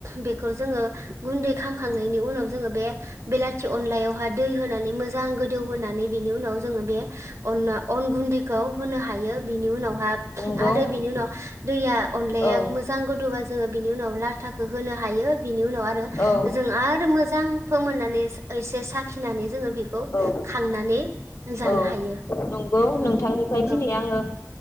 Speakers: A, on the right; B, on the left.
A: बेख खौ जोङो गुन्दै खामखांनायनि उनाव जोङो बे बेलाथि अनलायावहाय दै होनानै मोजां गोदौ होनानै बिनि उनाव जोङो बे अना अन गुन्दै खौ होनो हायो बिनि उनावहा
B: नंगौ
A: आरो बिनि उनाव दैया अनलाया
B: औ
A: मोजां गोदौबा जोङो बिनि उनाव लाथाखौ होनो हायो बिनि उनाव आरो
B: औ
A: जों आरो मोजां फोमोननानै इस ओइस एसे साखिनानै जोङो बेखौ
B: औ
A: खांनानै जानो
B: औ
A: हायो
B: नंगौ
A: उम
B: नोंथांनिफ्राय
A: नंगौ
B: दिनै आङो